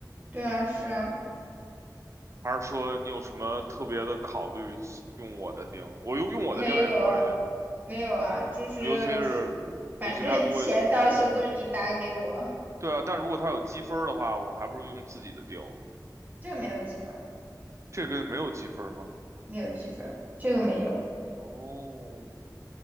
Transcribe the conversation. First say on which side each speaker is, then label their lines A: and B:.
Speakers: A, on the right; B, on the right.
A: 对啊，是啊。
B: 还是说你有什么特别的考虑用我的钉？我用用我的钉也可以，
A: 没有啊，没有啊，就是
B: 尤其是尤其他如果，
A: 反正钱到时候都是你打给我，
B: 嗯哼，对啊，但如果他有积分儿的话，我还不如用自己的钉。
A: 这个没有积分儿
B: 这个没有积分儿吗？
A: 没有积分儿这个没有，
B: 哦，